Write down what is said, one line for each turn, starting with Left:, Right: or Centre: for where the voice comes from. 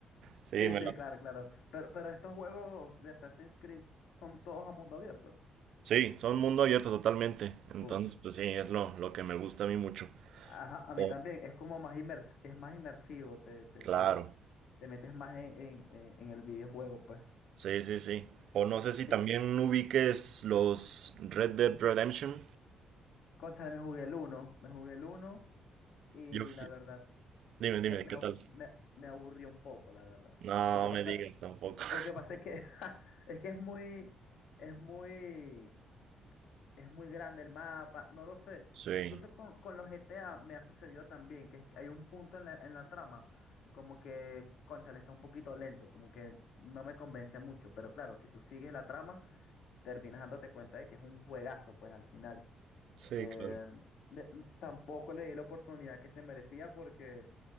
Right: sí,
Left: Sí,
Right: me
Left: sí,
Right: la...
Left: claro, claro. Pero, pero estos juegos de Assassin's Creed son todos a mundo abierto.
Right: Sí, son mundo abierto totalmente,
Left: Buf.
Right: entonces pues sí, es lo, lo que me gusta a mí mucho.
Left: Ajá, a mí
Right: O-
Left: también. Es como más inmers- es más inmersivo, te, te,
Right: claro,
Left: te, te metes más en, en en- en el videojuego, pues.
Right: sí, sí, sí. O no sé si
Left: Sí.
Right: también ubiques los Red Dead Redemption.
Left: Cónchale, me jugué el uno, me jugué el uno y
Right: Yo fui-
Left: la verdad,
Right: Dime, dime,
Left: me, me,
Right: ¿qué
Left: abu-
Right: tal?
Left: me, me aburrió un poco, la verdad.
Right: No
Left: Lo que
Right: no
Left: pasa,
Right: me digas tampoco.
Left: lo que pasa
Right: <laughs>
Left: es que, <laughs> es que es muy, es muy, es muy grande el mapa, no lo sé.
Right: Sí,
Left: Incluso con, con los GTA me ha sucedido también, que es que hay un punto en la, en la trama, como que, cónchale, está un poquito lento, como que no me convence mucho. Pero claro, si tú sigues la trama, terminas dándote cuenta de que es un juegazo, pues al final.
Right: sí,
Left: Eh,
Right: claro.
Left: de- n- tampoco le di la oportunidad que se merecía porque